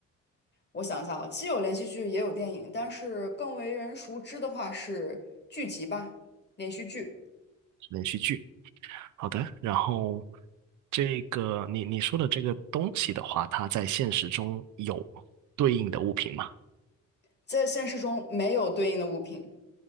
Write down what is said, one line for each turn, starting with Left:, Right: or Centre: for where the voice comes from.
Left: 我想一下啊，既有连续剧，也有电影，但是更为人熟知的话是剧集吧，连续剧。
Right: 是连续剧。好的，然后这个你你说的这个东西的话，它在现实中有对应的物品吗？
Left: 在现实中没有对应的物品。